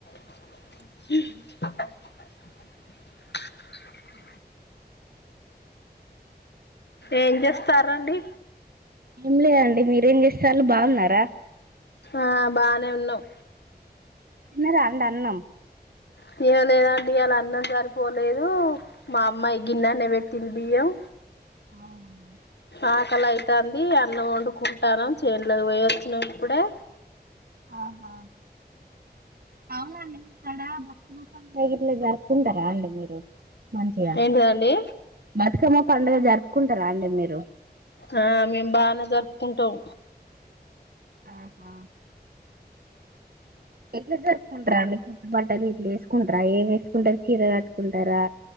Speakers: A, on the left (about 80°); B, on the right (about 60°).
A: <inaudible> ఏం చేస్తారండి
B: ఏం లే అండి మీరేం చేసేతళ్లు బావున్నారా
A: ఆ బానే ఉన్నాం
B: తిన్నారా అండి అన్నం
A: తినలేదండి ఈయాలన్నం సరిపోలేదు మా అమ్మాయి గిన్నెనే పెట్టింది బియ్యం
B: అవునా
A: ఆకలి అయితాంది అన్నం వండుకుంటానం చేన్లోకి పోయొచ్చినం ఇప్పుడే
B: అవున అవునండి ఇక్కడ <unintelligible> జరుపుకుంటారా అండి మీరు మంచిగా
A: ఏంటిదండి
B: బతుకమ్మ పండుగ జరుపుకుంటారా అండి మీరు
A: ఆ మేము బానే జరుపుకుంటాం
B: ఆహా ఎట్లా జరుపుకుంటారండి కొత్తబట్లు ఇట్లేసుకుంటార ఏం వేసుకుంటారు చీర కట్టుకుంటారా